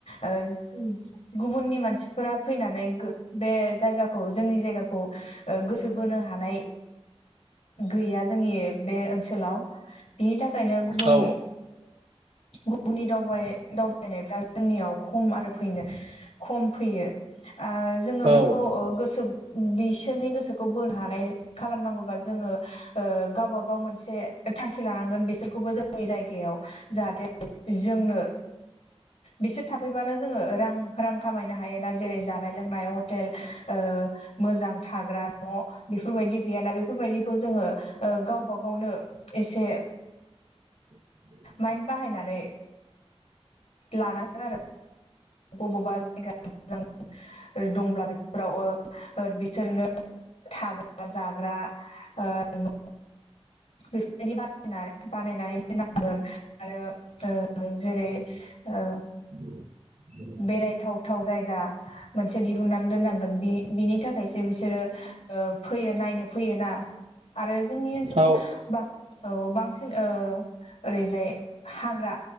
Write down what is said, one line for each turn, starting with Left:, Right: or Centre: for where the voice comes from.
Left: ओ जो जो गुबुननि मानसिफोरा फैनानै गो बे जायगाखौ जोंनि जायगाखौ खौ गोसो बोनो हानाय गैया जोंनि बे ओनसोलाव बिनि थाखायनो गुबुन
Right: औ
Left: गुबुननि दावबाय दाव फैनायफ्रा जोंनियाव खम आरो फैनो खम फैयो आं जों जोङो
Right: औ
Left: बेखौ ओ गोसो बिसोरनि गोसोखौ बोनो हानाय खालामनांगौबा जोङो ओ गावबा गाव मोनसे थांखि लानांगोन बिसोरखौबो जोंनि जायगायाव जाहाथे जोंनो बिसोर थाफैबानो जोङो रां रां खामायनो हायो ना ज जेरै जानाय लोंनाय हटेल ओ मोजां थाग्रा न' बेफोरबायदि गैयाना बेफोरबायदिखौ जोङो ओ गावबा गावनो एसे
Right: <inaudible>
Left: माइन बाहायनानै लानांगोन आरो अबावबा जायगा जों दंब्ला बेफोराव ओ बिसोरनो थागोन जाग्रा न' बेफोरबायदि बानाय बानायनानै दोननांगोन आरो जेरै ओ
Right: <inaudible>
Left: बेरायथावथाव जायगा मोनसे दिहुननानै दोननांगोन बि बिनि थाखायसो बिसोरो फैयो नायनो फैयो ना आरो जोंनि ओनसोलाव
Right: औ
Left: बांसिन ओरैजाय हाग्रा